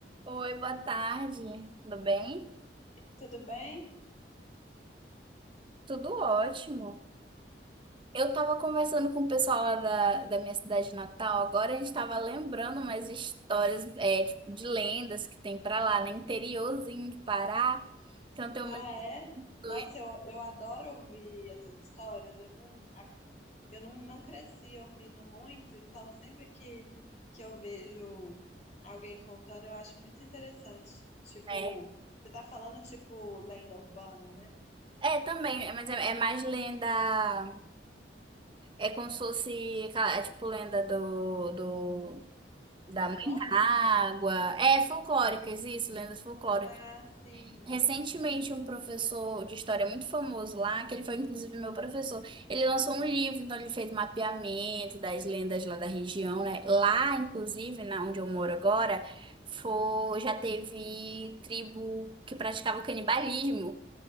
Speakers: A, on the right (about 30°); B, on the left (about 40°).
A: Oi, boa tarde. Tudo bem?
B: Tudo bem?
A: Tudo ótimo. Eu tava conversando com o pessoal lá da, da minha cidade natal. Agora a gente tava lembrando umas histórias, é, tipo, de lendas que tem pra lá, né? Interiorzinho de Pará. Então tem
B: Ah,
A: uma
B: é? Nossa,
A: doida,
B: eu, eu adoro ouvir essas histórias. Eu não, eu não, não cresci ouvindo muito, então sempre que, que eu vejo alguém contando, eu acho muito interessante. Tipo,
A: né?
B: você tá falando tipo lenda urbana, né?
A: É, também, é, mas é, é mais lenda. É como se fosse, aquela- é, tipo, lenda do, do, da
B: Folclore?
A: mãe da água. É, folclóricas, isso, lendas folclóricas.
B: Ah, sim.
A: Recentemente, um professor de história muito famoso lá, que ele foi inclusive meu professor, ele lançou um livro, então ele fez mapeamento das lendas lá da região, né? Lá, inclusive, na onde eu moro agora, foi, já teve tribo que praticava canibalismo.